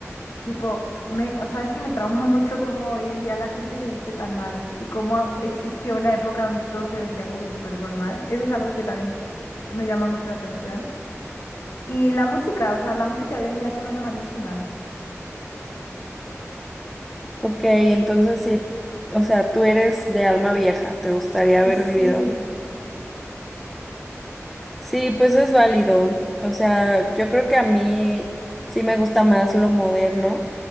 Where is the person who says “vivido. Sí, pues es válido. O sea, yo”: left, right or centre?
Centre